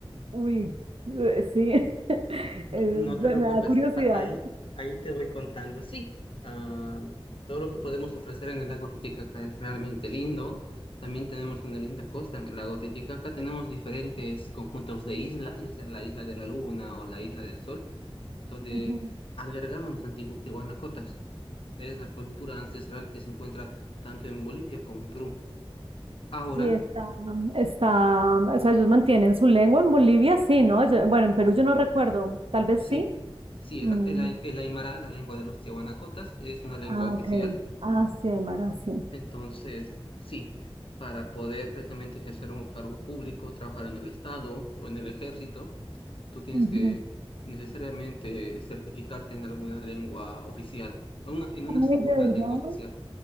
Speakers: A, on the right (about 70°); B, on the left (about 65°).
A: uy, eh, sí, <laughs> eh,
B: No
A: me
B: te preocupes,
A: me da curiosidad.
B: a- ahí, ahí te voy contando. Sí, ah, todo lo que podemos ofrecer en el lago Titicaca es realmente lindo. También tenemos una linda costa en el lago Titicaca. Tenemos diferentes conjuntos de isla, ya sea la isla de la Luna o la isla del Sol, donde
A: Ujú.
B: albergaban los antiguos tihuanacotas. Es la cultura ancestral que se encuentra tanto en Bolivia como en Perú. Ahora
A: Y está, está, o sea, ellos mantienen su lengua en Bolivia, sí, ¿no? Yo- bueno, en Perú yo no recuerdo, tal vez
B: Sí,
A: sí.
B: sí,
A: Mm,
B: el, el el aymara, la lengua de los tiahuanacotas, es una lengua
A: Ah,
B: oficial.
A: ok. Ah, sí, Aymara, sí.
B: Entonces, sí, para poder precisamente ejercer un cargo público, trabajar en el Estado o en el ejército, tú tienes
A: Ujú.
B: que necesariamente certificarte en alguna lengua oficial, en una, en una
A: Ay,
B: segunda
A: de verdad.
B: lengua oficial.